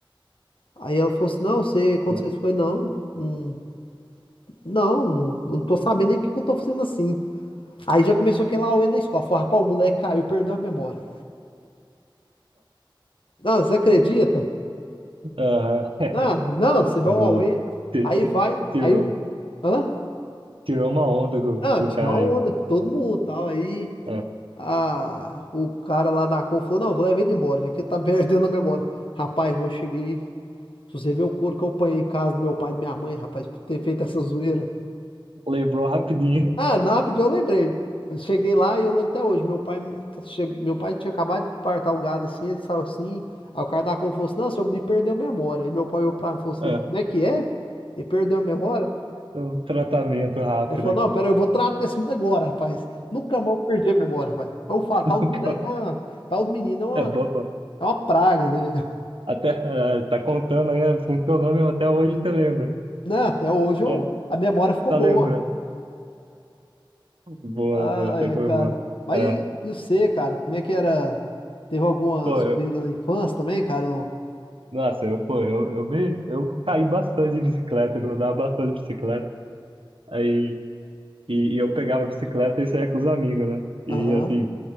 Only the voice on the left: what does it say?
Aí ela falou assim, não, você aconteceu
isso? Eu falei, não, não, não, não, eu não tô sabendo nem o que que eu tô fazendo assim. Aí já começou aquele auê na escola. Falei, rapaz, o moleque caiu, perdeu a memória. Não, você acredita?
Não, não, você vai
ao Aue,
aí
vai,
aí o. Hã?
Não,
tirou
uma
onda com todo mundo e tal. Aí
a, o cara lá da Com falou: Não, vou levar ele embora, já que ele tá <laughs> perdendo a memória. Rapaz, mas eu cheguei. Se você ver o couro que eu apanhei em casa do meu pai e da minha mãe, rapaz, por ter feito essa zoeira.
Ah, na rapidinho eu lembrei. Eu Cheguei lá e eu lembro até hoje. Meu pai, me- tá, che- meu pai tinha acabado de partar o gado assim, ele saiu assim. Aí o cara da Compra falou assim: Não, seu menino perdeu a memória. Aí meu pai olhou pra mim e falou assim:
Como é que é? Ele perdeu a memória?
Aí ele falou:
Não, pera, eu vou tratar desse menino agora, rapaz. Nunca mais eu perdi a memória, rapaz. Então, Eu falo:
tal
do moleque é uma. Tal do menino é uma,
é uma praga, né? <laughs>
Não, até hoje eu,
a memória ficou
boa.
Ah,
é,
cara.
Mas
e, e você, cara? Como é que era? Teve alguma
zoeira na infância também, cara?
Aham,